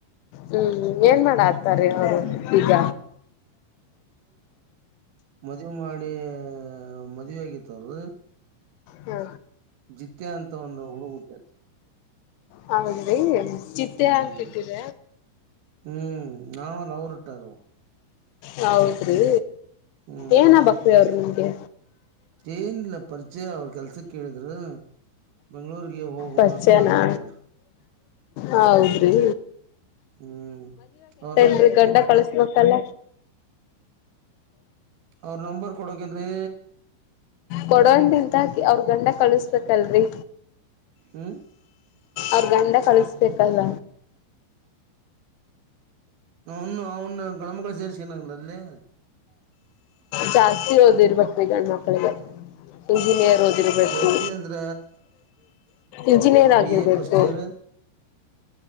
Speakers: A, on the left; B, on the right.
A: ಹ್ಮ್ ಏನ್ ಮಾಡ ಆತಾರೀ ಅವರು ಈಗ
B: ಮದ್ುವೆ ಮಾಡಿ ಮದುವೆ ಆಗಿ ತ್ರದು
A: ಹ
B: <unintelligible> ಜತ್ಯ ಅಂತ ಒಂದು ಹುಡುಗ್ಟ್ಟೈತಿ <unintelligible>
A: ಹೌದ್ರಿ ಚಿತ್ತೆ
B: ಹ್ಮ್
A: ಅಂತಿಟ್ಟಿರ
B: ಹ್ಮ್ ನಾವಲ್ಲ ಅವರುಟ್ಟಾರ <unintelligible>
A: ಹೌದ್ರಿ
B: ಹ್ಮ್
A: ಏನ ಬಕ್ ಅವರು ನಿಮ್ಗೆ
B: ಏನಿಲ್ಲ ಪರಿಚಯ ಅವ್ರ ಕೆಲ್ಸ ಕೇಳಿದ್್ರ ಬೆಂಗ್ಳೂರ್ಗೆ ಹೋಗುವ
A: ಪರಿಚಯನಾ
B: ಅಂತ ಹೇಳೇತಂತಾಳ
A: ಹೌದ್ರಿ
B: ಹ್ಮ್ ಹ
A: ನ್ರಿ ಗಂಡ ಕಳಸ್ಬೇಕಲ್ಲ
B: ಅವ್ರ ನಂಬರ್ ಕೊಡೋಕಂದ್ರೆ
A: ಕೊಡೊಂಡಿಂದಾಕಿ ಅವ್ರ ಗಂಡ ಕಳಸ್ಬೇಕಲ್ರರಿ
B: ಹ್ಮ್
A: ಅವ್ರ ಗಂಡ ಕಳಿಸಬೇಕಲ್ಲ
B: ನ್ನು ಅವನು ಗಣಮಗಳ ಸೇರಿಸ ನಾಗಲ್ಲ ಅಲ್ಲಿ
A: ಜಾಸ್ತಿ ಓದಿರ್ಬೇಕು ಗಂಡ್ಮಕ್ಳಿಗೆ ಇಂಜಿನಿಯರ್ ಓಿರ್ಬೇಕು
B: ಜಾಸ್ತಿ ಅಂದ್ರ
A: ಇಂಜಿನಿಯರ್
B: ಬಿ
A: ಆಗಿರ್ಬೇಕು
B: ಎ ಫಸ್ಟ್ ಇಯರ್